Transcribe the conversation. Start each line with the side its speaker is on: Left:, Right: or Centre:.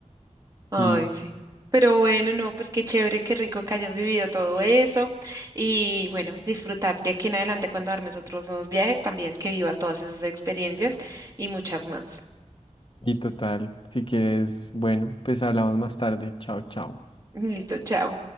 Right: Ay,
Left: Y,
Right: sí. Pero bueno, no, pues qué chévere, qué rico que hayas vivido todo eso. Y bueno, disfrutar de aquí en adelante cuando armes otros nuevos viajes, también que vivas todas esas experiencias y muchas más.
Left: y total. Si quieres, bueno, pues hablamos más tarde. Chao, chao.
Right: Listo, chao.